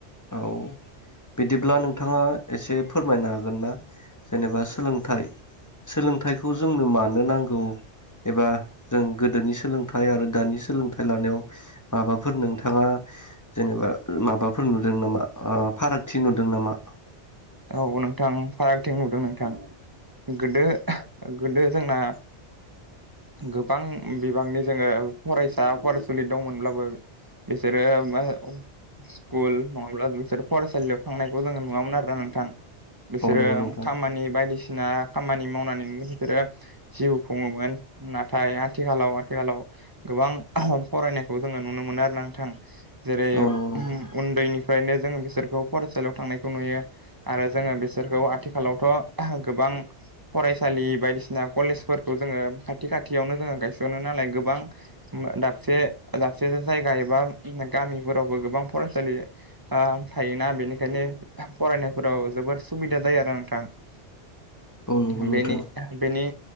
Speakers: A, on the left; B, on the right.
A: औ बिदिब्ला नोंथाङा एसे फोरमायनो हागोन ना? जेनेबा सोलोंथाइ सोलोंथाइखौ जोंनो मानो नांगौ एबा जों गोदोनि सोलोंथाइ आरो दानि सोलोंथाइ लानायाव माबाफोर नोंथाङा जेनेबा माबाफोर नुदों नामा ओ फारागथि नुदों नामा?
B: औ नोंथां फारागथिं नुदों नोंथां। गोदो गोदो जोंना गोबां बिबांनि जोङो फरायसा फरायसुलि दंमोनब्लाबो बिसोरो मा स्कुल नङाब्ला बिसोरो फरायसालियाव थांनायखौ जोङो नुवामोन आरोना नों थां बिसोरो
A: औ नंगौ नोंथां
B: खामानि बायदिसि ना खामानि मावनानैनो बिसोरो जिउ खुङोमोन नाथाय आथिखालाव आथिखालाव गोबां फरायनायखौ जोङो नुनो मोनो आरोना नोंथां। जेरै
A: औ नंगौ नोंथां
B: उम उन्दैनिफ्रायनो जोङो बिसोरखौ फरायसालियाव थांनायखौ नुयो। आरो जोङो बिसोरखौ आथिखालावथ' गोबां फरायसालि बायदिसिना कलेजफोरखौ जोङो खाथि खाथियावनो जोङो गायस'नो नालाय गोबां दाबसे दाबसे जायगा एबा गामिफोरावबो गोबां फरायसालि आ थायोना बेनिखायनो फरायनो फोराव जोबोद सुबिदा जायो आरो नोंथां
A: औ नंगौ नोंथां
B: बेनि बेनि